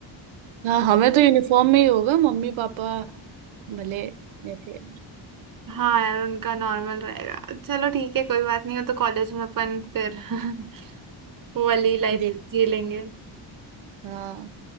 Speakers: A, on the right (about 80°); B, on the right (about 45°).
A: <laughs> हाँ हमें तो यूनिफॉर्म में ही होगा मम्मी पापा भले जैसे
B: हाँ यार उनका नॉर्मल रहेगा चलो ठीक है कोई बात नहीं हो तो कॉलेज में अपन फिर <laughs> वो वाली लाइफ
A: देख
B: जी लेंगे
A: हाँ